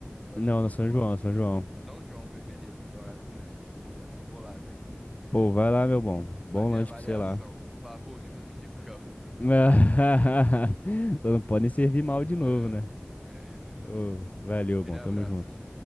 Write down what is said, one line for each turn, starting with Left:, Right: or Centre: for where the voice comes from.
Centre: Eu acho
Left: Não,
Centre: que eu vou
Left: no São
Centre: dar
Left: João,
Centre: uma.
Left: no São João.
Centre: São João, be- beleza, vou dar uma olhada aqui na net e vou. Acho que eu vou lá, velho. Tipo,
Left: Pô, vai lá, meu bom. Bom
Centre: Fazer
Left: lanche
Centre: a avaliação.
Left: pra você lá.
Centre: Vou falar, pô, o Nicolas me indicou. <laughs>
Left: <laughs> Só não podem servir mal de novo,
Centre: É,
Left: né?
Centre: é isso então.
Left: Ô, valeu,
Centre: Aquele
Left: bom,
Centre: abraço.
Left: tamo junto.